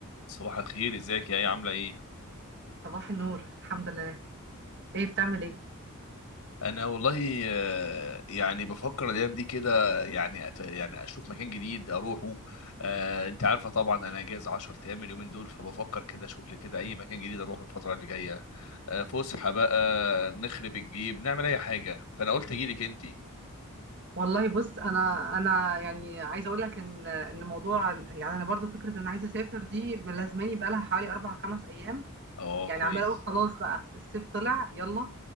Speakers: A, on the left; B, on the right.
A: صباح الخير ازيك يا ايه عامله ايه
B: صباح النور الحمد لله ايه بتعمل ايه
A: انا والله آه، يعني بفكر الايام دي كده يعني أت... يعني اشوف مكان جديد اروحه آه، انت عارفه طبعا انا اجازه 10 ايام اليومين دول فبفكر كده اشوف لي كده اي مكان جديد اروحه الفتره اللي جايه آه، فسحه بقى نخرب الجيب نعمل اي حاجه فانا قلت اجي لك انت
B: والله بص انا انا يعني عايزه اقول لك ان ان موضوع يعني انا برضو فكره ان عايزه اسافر دي ملازماني بقالها حوالي اربع خمس ايام
A: اه
B: يعني
A: كويس
B: عماله اقول خلاص بقى الصيف طلع يلا